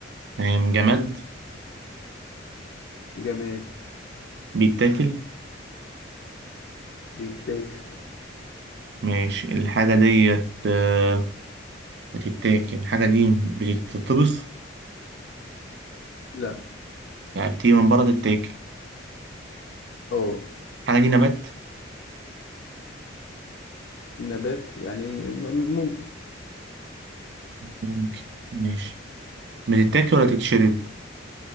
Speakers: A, on the right; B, on the left.
A: تمام جماد
B: جماد
A: بيتاكل
B: بيتاكل
A: ماشي الحاجة ديت آه، بتتاكل الحاجة دي بتتطبخ
B: لا
A: يعني بتيجي من بره تتاكل
B: اه
A: الحاجة دي نبات
B: نبات يعني م- ممكن
A: ممكن ماشي بتتاكل ولا تتشرب